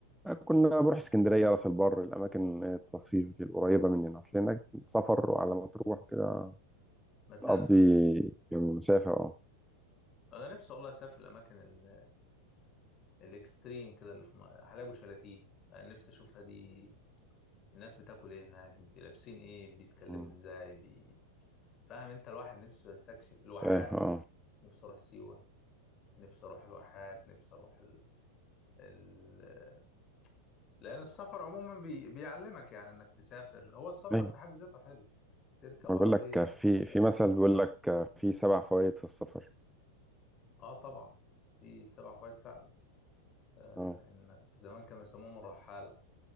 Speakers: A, in the centre; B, on the left.
A: كنا بروح اسكندريه راس البر الاماكن التصيف دي القريبه مننا اصل هناك سفر على ما تروح كده
B: مسافة
A: تقضي يوم مسافه اه
B: أنا نفسي والله أسافر الأماكن الاكستريم كده اللي في م- حلايب وشلاتين انا نفسي اشوفها دي الناس بتاكل ايه هناك لابسين ايه بيتكلموا
A: مم.
B: ازاي بي... فاهم انت الواحد نفسه يستكشف الواحات
A: فاهم
B: نفسي اروح سيوة نفسي اروح الواحات نفسي اروح ال... ال... لان السفر عموما بي... بيعلمك يعني انك تسافر هو السفر
A: اه
B: في حد ذاته حلو تركب
A: ما
B: عربية
A: بقول لك
B: او
A: في
B: تركب
A: في مثل بيقول لك في سبع فوائد في السفر
B: اه طبعا في سبع فوائد فعلا آه
A: اه
B: انك زمان كانوا يسموهم الرحالة